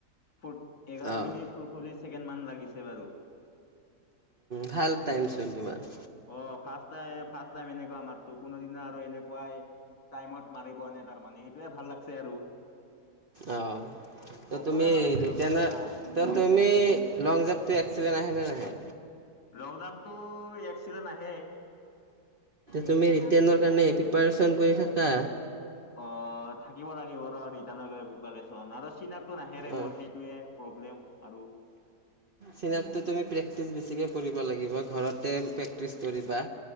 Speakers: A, on the left; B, on the right.
A: ফ এঘাৰ
B: অঁ
A: মিনিট চৌচল্লিশ ছেকেণ্ড মান লাগিছে বাৰু
B: ভাল টাইম চোন তোমাৰ
A: অ ফাৰ্ষ্ট ফাৰ্ষ্ট টাইম এনেকুৱা মাৰছো কোনোদিনা আৰু এনেকুৱাই টাইমত মাৰিব নে- তাৰ মানে সেইটোয়ে ভাল লাগছে আৰু
B: অঁ তো
A: অকলে
B: তুমি
A: মাৰিছো
B: ৰিটাৰ্ণ
A: কাইো নাই
B: তো তুমি লং জাপটো এক্সলেন আহে নে নাহে
A: ল‍ংজানটো এক্সিলেন আহে
B: তুমি ৰিটেনৰ
A: কি
B: কাৰণে পি- পাৰেচন কৰি থকা
A: অ থাকিব লাগিব আৰু ৰিটাৰ্ণ কে পিপাৰেচন আৰু চিন আপ টো নাহে ৰে
B: অঁ
A: মোৰ সেইটোয়ে প্ৰব্লেম আৰু
B: চিনাপটো তুমি প্ৰেক্টিচ বেছিকৈ কৰিব লাগিব ঘৰতে প্ৰেক্টিচ কৰিবা